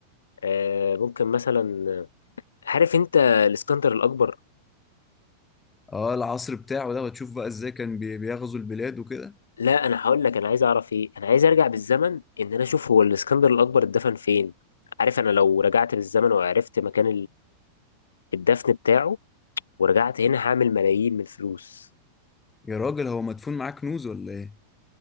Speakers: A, on the left (about 70°); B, on the left (about 15°).
A: اه ممكن مثلا عارف انت الاسكندر الاكبر
B: اه العصر بتاعه ده وتشوف بقى ازاي كان بي- بيغزو البلاد وكده
A: لا انا هقول لك انا عايز اعرف ايه انا عايز ارجع بالزمن ان انا اشوف هو الاسكندر الاكبر اتدفن فين عارف انا لو رجعت بالزمن وعرفت مكان الدفن بتاعه ورجعت هنا هعمل ملايين من الفلوس
B: يا راجل هو مدفون معاه كنوز ولا ايه